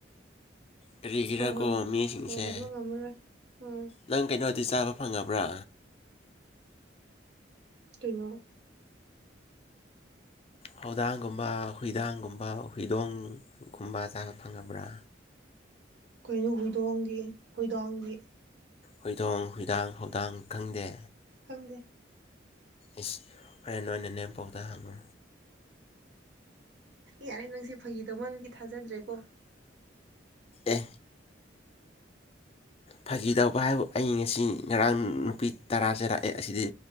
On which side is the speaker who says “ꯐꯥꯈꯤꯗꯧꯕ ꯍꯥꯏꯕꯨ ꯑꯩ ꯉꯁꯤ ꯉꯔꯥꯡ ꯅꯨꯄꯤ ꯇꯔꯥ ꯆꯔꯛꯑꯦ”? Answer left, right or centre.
Left